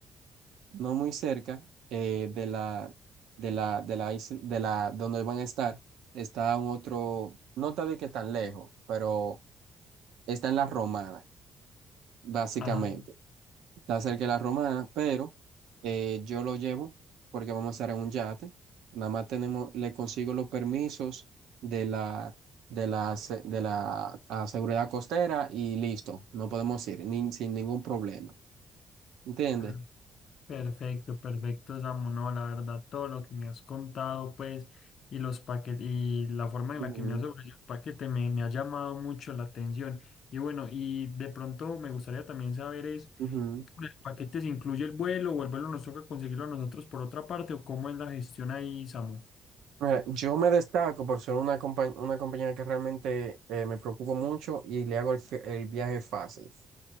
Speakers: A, on the right (about 85°); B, on the left (about 65°).
A: no muy cerca eh, de la, de la, de la isla, de la, donde van a estar. Está un otro, no está de que tan lejos, pero está en la Romana, básicamente.
B: Ah,
A: está cerca de la Romana, pero eh, yo lo llevo porque vamos a estar en un yate. Nada más tenemos, le consigo los permisos de la, de la, se- de la, ah, seguridad costera y listo, no podemos ir ni- sin ningún problema. ¿Entiendes?
B: ah, perfecto, perfecto, Samu. No, la verdad, todo lo que me has contado, pues, y los paquetes, y la forma
A: Ujú,
B: en la que me has ofrecido el paquete me, me ha llamado mucho la atención. Y bueno, y de pronto me gustaría también saber es,
A: ujú.
B: ¿el paquete se incluye el vuelo o el vuelo nos toca conseguirlo a nosotros por otra parte o cómo es la gestión ahí, Samu?
A: Mira, yo me destaco por ser una, compa- una compañía que realmente eh, me preocupo mucho y le hago el, fe- el viaje fácil.